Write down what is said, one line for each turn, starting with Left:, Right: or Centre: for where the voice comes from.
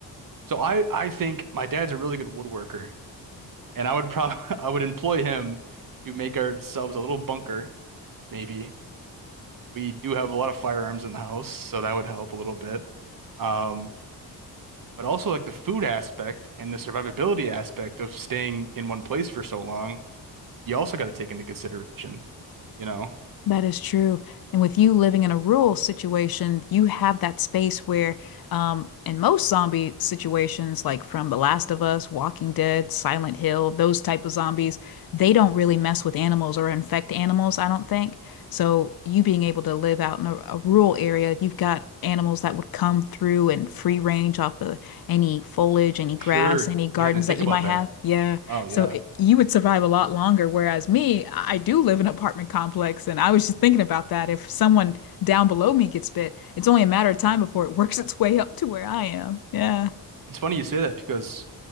Right: So I I think my dad's a really good woodworker, and I would probably <laughs> I would employ him to make ourselves a little bunker, maybe. We do have a lot of firearms in the house, so that would help a little bit. Um, but also like the food aspect and the survivability aspect of staying in one place for so long, you also got to take into consideration, you know?
Left: That is true. And with you living in a rural situation, you have that space where, um, in most zombie situations, like from The Last of Us, Walking Dead, Silent Hill, those type of zombies, they don't really mess with animals or infect animals, I don't think. So you being able to live out in a, a rural area, you've got animals that would come through and free range off of any foliage, any
Right: Sure.
Left: grass, any gardens
Right: Yeah, I didn't
Left: that
Right: think
Left: you
Right: about
Left: might have.
Right: that.
Left: Yeah.
Right: Oh yeah.
Left: So it, you would survive a lot longer, whereas me, I do live in an apartment complex, and I was just thinking about that. If someone down below me gets bit, it's only a matter of time before it <laughs> works its way up to where I am. Yeah.
Right: It's funny you say that because